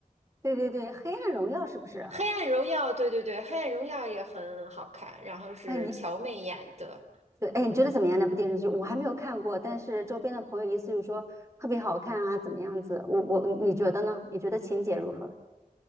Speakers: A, on the right (about 20°); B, on the right (about 50°).
A: 对对对，黑暗荣耀是不是？
B: 《黑暗荣耀》，对对对，《黑暗荣耀》也很好看，然后是乔妹演的。
A: 哎，你对，哎，你觉得怎么样？那部电视剧我还没有看过，但是周边的朋友意思就是说特别好看啊，怎么样子？我我你觉得呢？你觉得情节如何？